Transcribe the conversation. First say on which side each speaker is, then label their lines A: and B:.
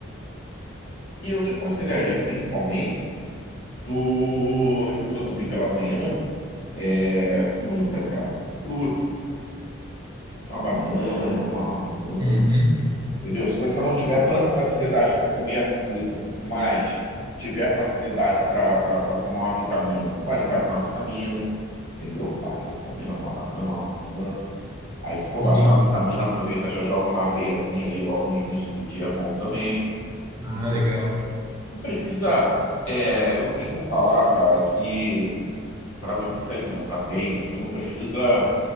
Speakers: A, on the left; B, on the right.
A: E eu te aconselharia, principalmente, tu introduzir pela manhã é, fruta, cara. Fruta. Uma banana, uma maçã,
B: uhum,
A: entendeu? Se você não tiver tanta facilidade para comer a fruta, mas tiver facilidade para para tomar uma vitamina, pode bater uma vitamina, entendeu? Bate uma vitamina com uma banana, uma maçã. Aí, se for
B: entendi.
A: bater uma vitamina, aproveita, já joga uma aveiazinha ali logo no início do dia, é bom também,
B: Ah,
A: entendeu?
B: legal.
A: Não precisa. é, eu costumo falar, cara, que para você se alimentar bem, você não precisa